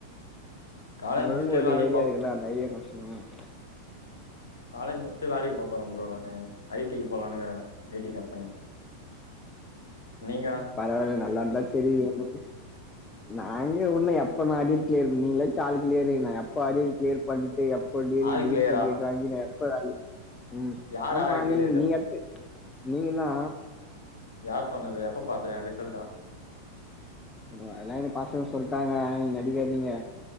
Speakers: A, on the left; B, on the left.
A: <unintelligible>
B: காலேஜ் முடிச்சுட்டு
A: ஒரு
B: வேலைக்கு
A: ஐடியா
B: போ
A: இருக்குல்லே அந்த ஐடியா ஃபர்ஸ்ட்டு சொல்லுங்க
B: காலேஜ் முச்சுட்டு வேலக்கி போபோறே ப்ரோ நானு ஐ டி க்கு போலானுக்குறே ஐ டி கம் நீங்க
A: பரவால நல்லாந்தா செரி ஒண்ணுமில்ல நாங்க உன்னு எப்ப நா அரியரு க்ளியர் நீங்களாச்சு ஆல் க்ளியரு நா எப்ப அரியரு க்ளியர் பண்ட்டு எப் போ டிகிரி
B: ஆல்
A: டிகிரி
B: கிளியரா
A: சர்டிஃபிகேட் வாங்கி நா எப்போ வேலக்கி ம்
B: யார்
A: ஆமா
B: ஆறு கிளியர்
A: நீங் நீங் அடுத்து நீங்கனா
B: யார் சொன்னது எப்ப பாத்த எ ரிசல்ட்டா
A: ம் அதலா எனக் பசங்க சொல்ட்டாங்க நீங்க நடிக்காதீங்க